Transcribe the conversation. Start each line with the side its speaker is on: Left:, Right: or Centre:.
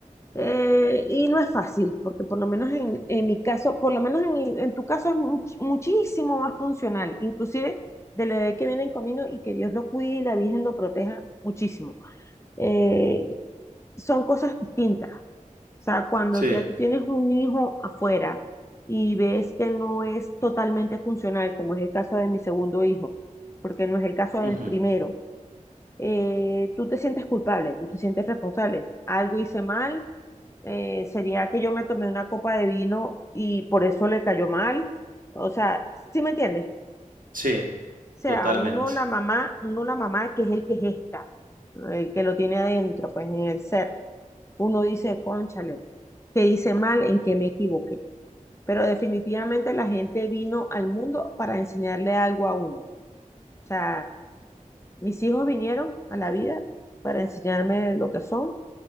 Left: Eh, y no es fácil, porque por lo menos en, en mi caso, por lo menos en, en tu caso es much- muchísimo más funcional, inclusive del bebé que viene en camino y que Dios lo cuide y la Virgen lo proteja muchísimo. Eh, son cosas distintas. O sea, cuando
Right: Sí.
Left: ya tú tienes un hijo afuera y ves que no es totalmente funcional, como es el caso de mi segundo hijo, porque no es el caso
Right: ujú,
Left: del primero, eh, tú te sientes culpable, tú te sientes responsable. Algo hice mal, eh, sería que yo me tomé una copa de vino y por eso le cayó mal. O sea, ¿sí me entiendes?
Right: Sí.
Left: O
Right: Totalmente.
Left: sea, uno la mamá, uno la mamá que es el que gesta, el que lo tiene adentro, pues en el ser uno dice, cónchale, que hice mal, en que me equivoqué. Pero definitivamente la gente vino al mundo para enseñarle algo a uno. O sea, mis hijos vinieron a la vida para enseñarme lo que son